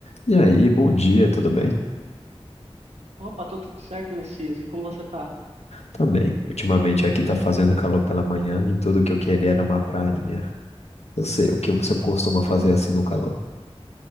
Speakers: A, on the left (about 85°); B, on the right (about 85°).
A: E aí, bom dia, tudo bem?
B: Opa, tô tudo certo, Messias. E como você tá?
A: Também. Ultimamente aqui tá fazendo calor pela manhã e tudo que eu queria era uma prainha. Eu sei, o que você costuma fazer assim no calor?